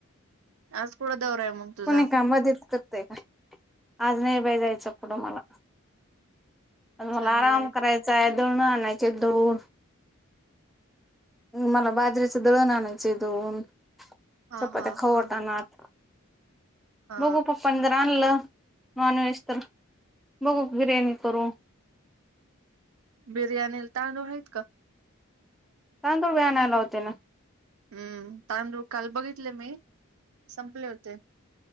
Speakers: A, on the right; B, in the centre.
A: आज कुड दवरा आहे मग तुझा
B: कोुणी काम देत कर ते का आज नाही बा जायचं कडं मला आ म्हाला
A: चांगलंय
B: आराम करायचा आहे दोन आणायचे दोन मला बाजरीचं दळण आणायच दन
A: हा
B: चपात्या
A: हा
B: खवट
A: हा
B: आणता.
A: हा
B: <unintelligible> बलं नॉन व्हेज तर बघू बिर्याणी करू.
A: बिर्याणी तांदूळ आहेत का?
B: त्या तो व्या आणायला होते ना.
A: हम्म ताम र काल बघितले मी संपले होते.